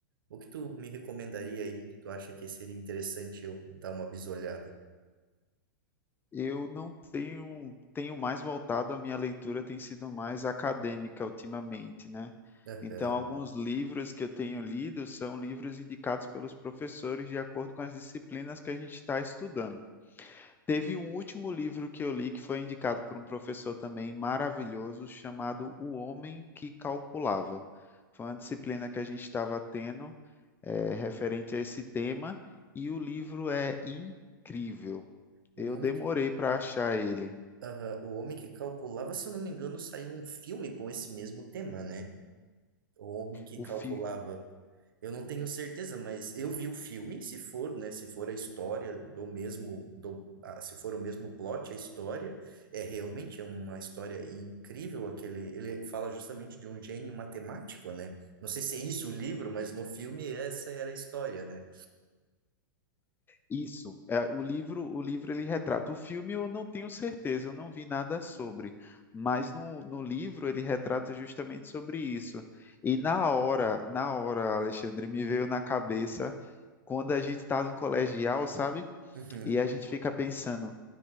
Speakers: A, on the right; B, on the left.
A: ou que tu me recomendaria aí, que tu acha que seria interessante eu dar uma bisolhada.
B: Eu não tenho, tenho mais voltado, a minha leitura tem sido mais acadêmica ultimamente, né?
A: Aham.
B: Então, alguns livros que eu tenho lido são livros indicados pelos professores de acordo com as disciplinas que a gente está estudando. Teve um último livro que eu li que foi indicado por um professor também maravilhoso, chamado O Homem que Calculava. Foi uma disciplina que a gente estava tendo, eh, referente a esse tema, e o livro é incrível.
A: O
B: Eu
A: homem,
B: demorei
A: que-
B: para achar ele.
A: aham. O homem que calculava, se eu não me engano, saiu um filme com esse mesmo tema, né? O homem que
B: O,
A: calculava.
B: fi-
A: Eu não tenho certeza, mas eu vi o filme, se for, né, se for a história do mesmo, do, ah, se for o mesmo plot, a história, é realmente é uma história incrível, aquele, ele fala justamente de um gênio matemático, né? Não sei se é isso o livro, mas no filme essa era a história, né?
B: Isso, é, o livro, o livro ele retrata. O filme eu não tenho certeza, eu não vi nada sobre, mas no, no livro ele retrata justamente sobre isso. E na hora, na hora, Alexandre, me veio na cabeça quando a gente está no colegial, sabe?
A: Uhum.
B: E a gente fica pensando,